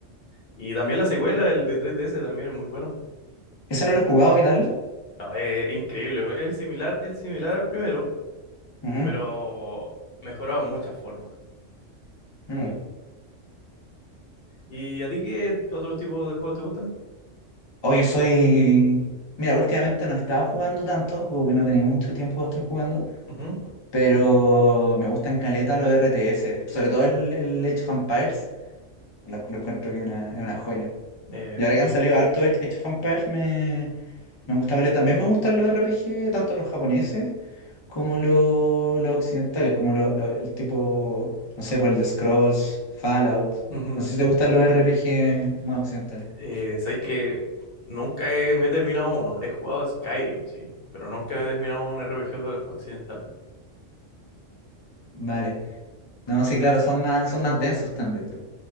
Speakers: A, on the left (about 50°); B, on the left (about 30°).
A: Y también la secuela, el de 3DS, también es muy bueno.
B: Ese no lo he jugado, ¿qué tal?
A: No, es increíble. Es similar, es similar al primero,
B: Ujú.
A: pero mejorado en muchas formas.
B: Mm.
A: ¿Y a ti qué otro tipo de juegos te gustan?
B: Oh, yo soy. Mira, últimamente no he estado jugando tanto, porque no he tenido mucho tiempo para estar jugando,
A: Ujú.
B: pero me gustan caleta los RTS, sobre todo el, el Age of Empires, lo, lo encuentro que es una, es una joya.
A: Eh,
B: Y
A: sí.
B: ahora que han salido harto Age Age of Empires, me, Me gusta caleta. También me gustan los RPG, tanto los japoneses como los, los occidentales, como lo- lo- el tipo, no sé, por el de Scrolls, Fallout.
A: Ujú.
B: No sé si te gustan los RPG más occidentales.
A: Eh, sabéis que nunca he- me he terminado uno. He jugado Skyrim, sí, pero nunca he terminado un RPG occidental.
B: Vale. No, sí, claro, son más, son más densos también, po.